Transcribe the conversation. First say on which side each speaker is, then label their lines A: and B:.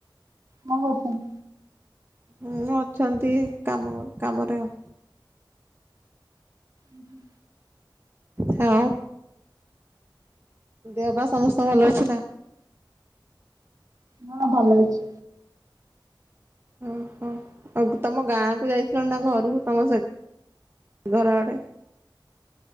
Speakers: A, on the right; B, on the right.
A: କ ଣ କରୁଛନ୍ତି।
B: ହୁଁ ଅଛନ୍ତି କାମ କାମରେ ଆଉ। <inaudible>
A: ଉଁ ହୁଁ।
B: ହଉ। ଦେହବା ସମସ୍ତେ ସବୁ ଭଲ ଅଛି ନା?
A: ହଁ ଭଲ ଅଛି।
B: ହଁ, ହଁ ଆଗ ତମ ଗାଁ କ ଯାଇ ଚନା ଘରୁକୁ ତମ ସହିତ ଘର ଆଡେ